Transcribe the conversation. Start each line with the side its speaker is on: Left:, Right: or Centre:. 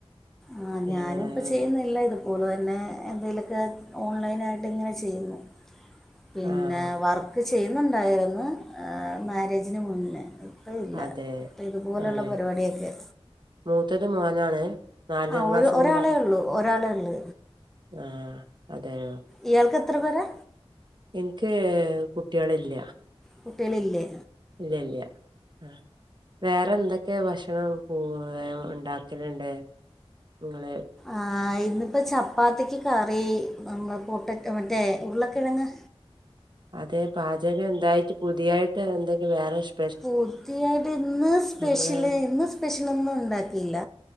Centre: ആഹ് ഞാനുംപ്പ
Right: ഏഹ്
Centre: ചെയ്യുന്നില്ല ഇത് പൂന്നുവരുന്നെ എന്തെലുക്കെ ഓൺലൈനായിട്ട് ഇങ്ങനെ ചെയ്യുന്നു. പിന്നെ
Right: ആഹ്
Centre: വർക്ക് ചെയ്യുന്നുണ്ടായിരുന്നു മാരേജിന് മുന്നേ. ഇപ്പ ഇല്ല
Right: അതെ
Centre: ഇപ്പ ഇതുപോലെള്ള
Right: അതെ
Centre: പരിപാടിയൊക്കെ
Right: മൂത്തത് മോനാണ് നാലാം
Centre: ആ
Right: ക്ലാസ്സിലെന്ന്
Centre: ഒരു ഒരാളേ
Right: പറഞ്ഞു.
Centre: ഉള്ളൂ ഒരാളേ ഉള്ളൂ
Right: ആ അതെയോ.
Centre: ഇയാൾക്ക് എത്ര പേരാ?
Right: എൻക്ക് കുട്ട്യളില്ല.
Centre: കുട്ട്യളില്ലേ?
Right: ഇല്ല, ഇല്ല. ആ വേറെ എന്തൊക്കെ ഭക്ഷണം പൂ ഉണ്ടാക്കലുണ്ട്? നിങ്ങളെ
Centre: ആ ഇന്നിപ്പോ ചപ്പാത്തിക്ക് കറി നമ്മളെ പൊട്ടറ്റൊ മറ്റേ ഉരുളകിഴങ്.
Right: അതെ പാചകം എന്തായിട്ട് പുതിയായിട്ട് എന്തെങ്കിൽ വേറെ ഇഷ്
Centre: പൂതിയായിട്ട് ഇന്ന് സ്പെഷ്യല്
Right: നമ്മള്
Centre: ഇന്ന് സ്പെഷ്യലൊന്നും ഉണ്ടാക്കിയില്ല